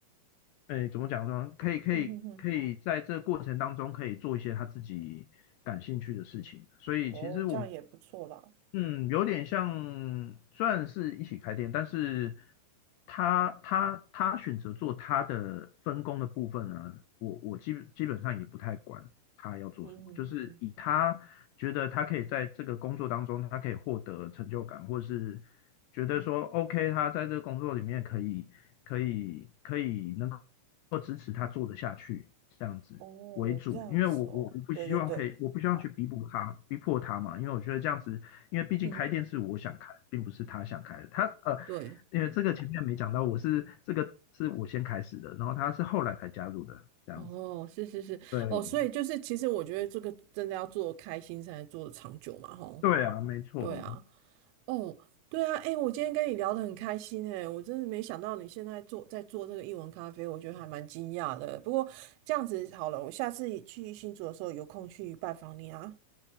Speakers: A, on the left; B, on the right.
A: 诶怎么讲呢？可以可以可以在这个过程当中可以做一些他自己感兴趣的事情，
B: 嗯哼哼
A: 所以其实我们
B: 哦，这样也不错啦。
A: 嗯，有点像，虽然是一起开店，但是他他他选择做他的分工的部分呢，我我基本基本上也不太管他要做什么，
B: 嗯嗯嗯
A: 就是以他觉得他可以在这个工作当中，他可以获得成就感，或是觉得说 OK，他在这个工作里面可以可以可以能够支持他做得下去这样子。
B: 哦，
A: 为主，
B: 这样子哦，
A: 因为我我我不希望可以，
B: 对对对，
A: 我不希望去逼迫他，逼迫他嘛，因为我觉得这样子，因为毕竟开店是我想开，
B: 嗯，
A: 并不是他想开的。他呃，
B: 对，
A: 因为这个前面没讲到，我是这个是我先开始的，然后他是后来才加入的，这样子。
B: 哦，是是是，
A: 对
B: 哦，所以就是，其实我觉得这个真的要做开心才能做得长久嘛，吼。
A: 对啊，没错，
B: 对啊，哦，对啊，哎，我今天跟你聊得很开心哎，我真的没想到你现在做在做这个译文咖啡，我觉得还蛮惊讶的。不过这样子好了，我下次去新竹的时候有空去拜访你啊。